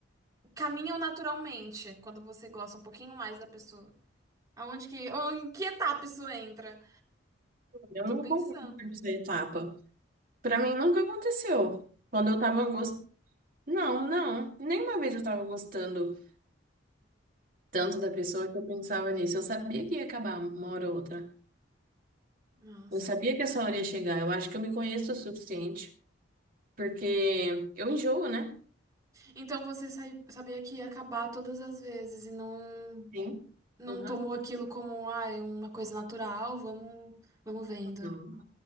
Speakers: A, on the right (about 20°); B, on the right (about 45°).
A: caminham naturalmente quando você gosta um pouquinho mais da pessoa. Aonde que, em que etapa isso entra?
B: Eu
A: Tô
B: não
A: pensando.
B: concordo com essa etapa. Pra mim nunca aconteceu. Quando eu tava gostando. Não, não. Nenhuma vez eu tava gostando tanto da pessoa que eu pensava nisso. Eu sabia que ia acabar uma hora ou outra.
A: Nossa.
B: Eu sabia que essa hora ia chegar. Eu acho que eu me conheço o suficiente Porque eu enjoo, né?
A: Então você sai- sabia que ia acabar todas as vezes e não
B: Sim.
A: Não
B: Uhum.
A: tomou aquilo como, ah, é uma coisa natural, vamos, vamos vendo.
B: Não.